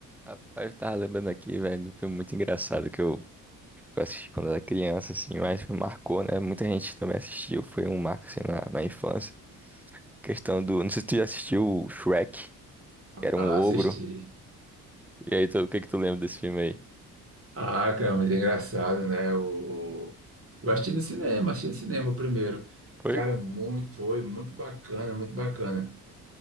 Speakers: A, in the centre; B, on the right.
A: Rapaz, eu tava lembrando aqui, velho, do filme muito engraçado que eu, que eu assisti quando era criança, assim, mas me marcou, né? Muita gente também assistiu, foi um marco, assim, na, na infância. Questão do... Não sei se tu já assistiu o Shrek, que era
B: Ah,
A: um ogro.
B: assisti.
A: E aí, tu, o que que tu lembra desse filme aí?
B: Ah, cara, é muito engraçado, né? O, o- eu assisti no cinema, assisti no cinema o primeiro.
A: Foi?
B: Cara, muito, foi muito bacana, muito bacana.